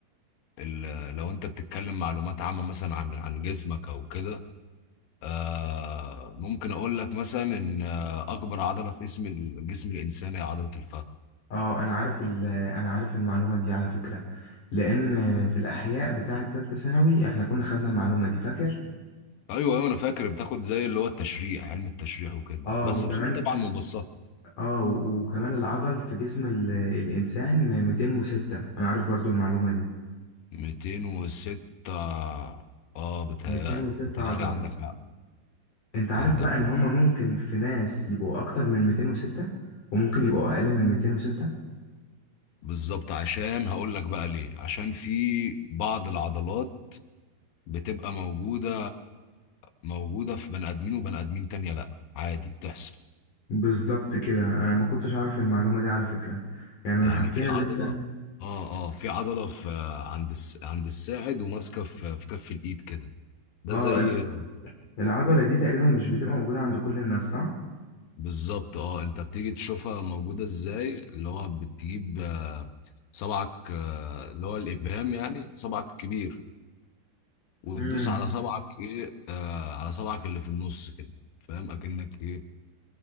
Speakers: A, on the left (about 85°); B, on the left (about 55°).
A: ال لو انت بتتكلم معلومات عامة مثلا عن عن جسمك او كده آه ممكن اقول لك مثلا ان آه، اكبر عضلة في اسم الجسم الانساني هي عضلة الفخذ
B: اه انا عارف ال- انا عارف المعلومة دي على فكرة لان آه، في الاحياء بتاعة تالتة ثانوي احنا كنا خدنا المعلومة دي فاكر
A: ايوه ايوه انا فاكر بتاخد زي اللي هو التشريح علم التشريح وكده
B: اه
A: بس
B: وكمان
A: بصوره طبعا مبسطه
B: اه و- وكمان العضل في جسم ال- الانسان 206 انا عارف برضو المعلومة دي
A: 206 اه بتهيألي
B: 206
A: بتهيألي
B: عضلة
A: عندك حق
B: انت عارف
A: عندك
B: بقى ان
A: حق.
B: هما ممكن في ناس يبقوا اكتر من 206 وممكن يبقوا اقل من 206
A: بالظبط عشان هقول لك بقى ليه عشان في بعض العضلات بتبقى موجوده موجوده في بني ادمين وبني ادمين تانية لا عادي بتحصل
B: بالظبط كده انا ما كنتش اعرف المعلومة دي على فكرة يعني انا
A: يعني
B: حرفيا
A: في عضله
B: لسه
A: اه اه في عضله في عند الس... عند الساعد وماسكه في في كف الايد كده ده
B: اه
A: زي
B: ال- العضلة دي تقريبا مش بتبقى موجودة عند كل الناس صح
A: بالظبط اه انت بتيجي تشوفها موجودة ازاي اللي هو بتجيب آه، صبعك آه، اللي هو الابهام يعني صبعك الكبير وتدوس
B: امم
A: على صبعك ايه آه على صبعك اللي في النص كده فاهم اكنك ايه